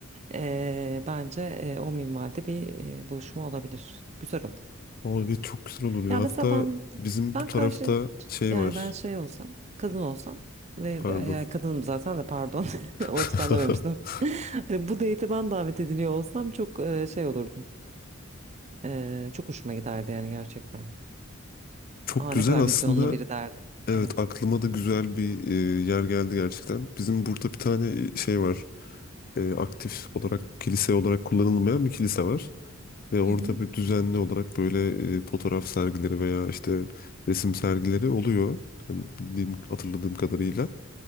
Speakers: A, on the right; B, on the left.
A: Ee, bence e, o minvalde bir e, buluşma olabilir. Güzel olur.
B: Abi evet, çok güzel olur
A: Ya
B: ya. Hatta
A: mesela ben
B: bizim
A: ben
B: bu tarafta
A: karşı
B: şey
A: yani
B: var.
A: ben şey olsam, kadın olsam ve
B: Pardon.
A: ben- yani kadınım zaten de pardon. <laughs> O
B: <laughs>
A: açıdan dememiştim. Hani bu date'e ben davet ediliyor olsam çok e, şey olurdum. E, çok hoşuma giderdi yani gerçekten.
B: Çok
A: Aa
B: güzel
A: ne kadar
B: aslında.
A: vizyonlu biri derdim.
B: Evet
A: Evet.
B: aklıma da güzel bir e, yer geldi gerçekten. Bizim burada bir tane e, şey var. E, aktif olarak kilise olarak kullanılmayan bir kilise var. Ve orada
A: Hı hı.
B: bir düzenli olarak böyle e, fotoğraf sergileri veya işte resim sergileri oluyor. Hani bildiğim, hatırladığım kadarıyla.